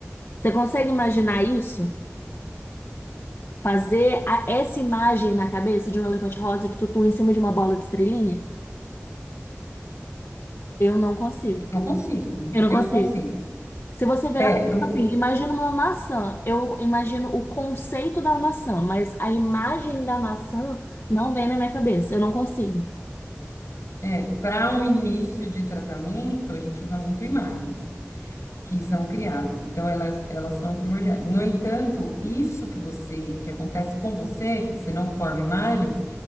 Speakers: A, on the left; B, on the left.
A: Você consegue imaginar isso? Fazer a- essa imagem na cabeça de um elefante rosa de tutu em cima de uma bola de estrelinha? Eu não consigo.
B: Eu consigo.
A: Eu não
B: Eu
A: consigo.
B: consigo.
A: Se você virar
B: É,
A: para mim e
B: eu-
A: falar assim, imagina uma maçã. Eu imagino o conceito da maçã, mas a imagem da maçã não vem na minha cabeça. Eu não consigo.
B: é, para um início de tratamento, a gente usa muito imagens que são criadas, então elas, elas são primordiais. No entanto, isso que você, que acontece com você, que você não forma imagens,